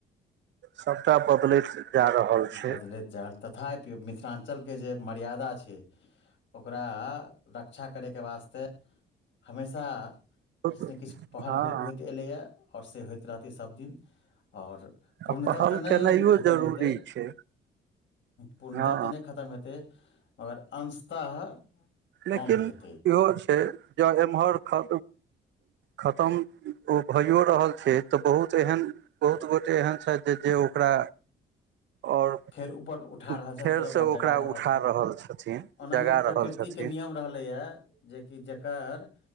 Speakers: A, on the right; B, on the left.
A: सभटा बदलैत जा रहल छै
B: बदलैत जाय, तथापि मिथिलांचलक जे मर्यादा छै ओकरा रक्षा करयके वास्ते हमेशा
A: हँ
B: किछु नहि किछु पहिने सेहो होइत एलैए आओर से सभदिन होइत रहतै। पूर्णतः
A: आ पहल
B: तऽ नइ
A: केनाइयो
B: खतम
A: जरूरी
B: हेतै
A: छै
B: पूर्णतः
A: हँ
B: तऽ नहि खतम हेतै मगर अंशतः
A: लेकिन
B: कम हेतै
A: इहो छै जँ एमहर ख खतम ओ भइयओ रहल छै त बहुत एहन बहुत गोटे एहन छथि जे ओकरा ओर
B: फेर ऊपर उठा
A: फेरसँ
B: रहल छथि फेर
A: ओकरा
B: जगा
A: उठा
B: छथि
A: रहल छथिन
B: ओनाहियो
A: जगा
B: प्रकृति
A: रहल छथिन।
B: के नियम रहलए जेकि जेकर